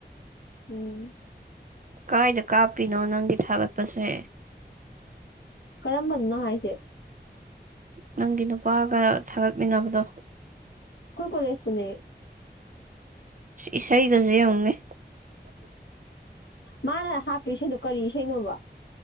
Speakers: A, on the left (about 80°); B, on the right (about 50°).
A: ꯎꯝ
B: ꯀꯥꯏꯗ ꯀꯥꯞꯄꯤꯅꯣ ꯅꯪꯒꯤ ꯊꯥꯒꯠꯄꯁꯦ
A: ꯀꯔꯝꯕꯅꯣ ꯍꯥꯏꯁꯦ
B: ꯅꯪꯒꯤ ꯅꯨꯄꯥꯒ ꯊꯥꯒꯠꯃꯤꯟꯅꯕꯗꯣ
A: ꯑꯩꯈꯣꯏꯀꯣꯜꯁꯅꯤ
B: ꯏꯁꯩꯁꯥꯏ ꯀꯖ ꯍꯣꯡꯒꯦ
A: ꯃꯥꯅ ꯍꯥꯞꯄꯤ ꯁꯩꯅꯣ ꯀꯔꯤ ꯏꯁꯩꯅꯣꯕ